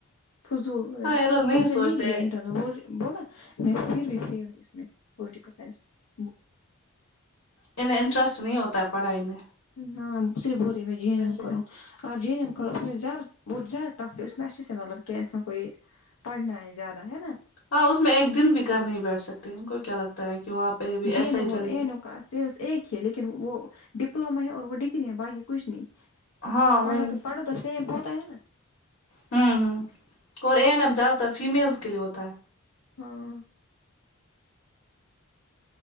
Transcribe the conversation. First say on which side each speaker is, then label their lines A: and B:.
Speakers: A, on the left; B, on the left.
A: فضول لڑکی
B: ہاں یہ لوگ
A: اس نے
B: سوچتے
A: نہیں دیا انٹرویو بولا میں پھر بھی فیل ہوں اس میں پولٹیکل سائنس میں
B: انے انٹرسٹ نہیں ہوتا ہے پڑھائی میں
A: ہاں صرف ہول رہی ہے میں یے
B: ایسے
A: نا کروں
B: کرتے
A: اور ج این ایم کر اس میں زدت زد ٹف ہے اس میںچے سے ملب انسان کو یہ پڑھنا ہے زیادہ ہے نا
B: ہاں اس میں ایک دن بھی گھر نہیں بیٹھ سکتے ان کو کیا لگتا ہے کہ وہاں پہ بھی
A: جی
B: ایسا
A: نمور
B: ہی چلے
A: اےنو
B: گا
A: سی ایک ہے لیکن وہ ڈپلوما ہے اور وہ ڈگری ہے باقی کچھ نہیں
B: ہاں
A: پڑھنا
B: وہی
A: تو پڑو تو سم ہوتا ہے نا
B: ہوں ہوں اور این اے ایم زیادہ تر فیمیلس کے لیے ہوتا ہے
A: ہاں